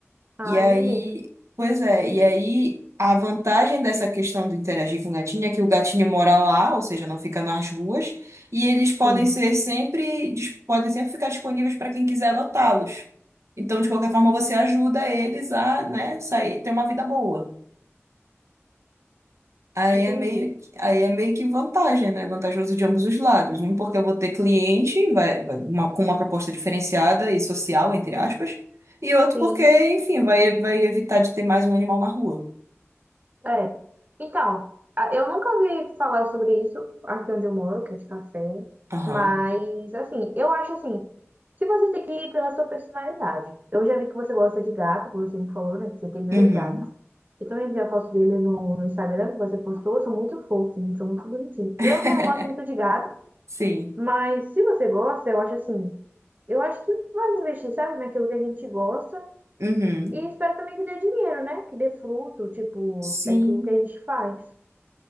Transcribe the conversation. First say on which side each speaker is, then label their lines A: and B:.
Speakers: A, on the right; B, on the right.
A: Ah,
B: E aí,
A: entendi.
B: pois é, e aí a vantagem dessa questão de interagir com o gatinho é que o gatinho mora lá, ou seja, não fica nas ruas, e eles podem
A: Sim,
B: ser sempre, dis- podem sempre ficar disponíveis para quem quiser adotá-los. Então, de qualquer forma, você ajuda eles a, né, sair, ter uma vida boa. Aí
A: entendi.
B: é meio, que- aí é meio que vantagem, né? Vantajoso de ambos os lados. Um, porque eu vou ter cliente, vai, vai- uma- com uma proposta diferenciada e social, entre aspas. E outro
A: Sim.
B: porque, enfim, vai, vai evitar de ter mais um animal na rua.
A: É. Então, a- eu nunca ouvi falar sobre isso aqui onde eu moro, que é de café.
B: Aham.
A: Mas, assim, eu acho assim, que você tem que ir pela sua personalidade. Eu já vi que você gosta de gato, que você me falou, né? Que você tem dois
B: Uhum.
A: gatos. Eu também vi a foto dele no, no Instagram que você postou, são muito fofos, são muito bonitinhos.
B: <laughs>
A: Eu já não gosto muito de gato,
B: Sim.
A: mas se você gosta, eu acho assim, eu acho que vale investir, sabe, naquilo que a gente gosta.
B: Uhum.
A: E espero também que dê dinheiro, né? Que dê fruto, tipo,
B: Sim.
A: daquilo que a gente faz.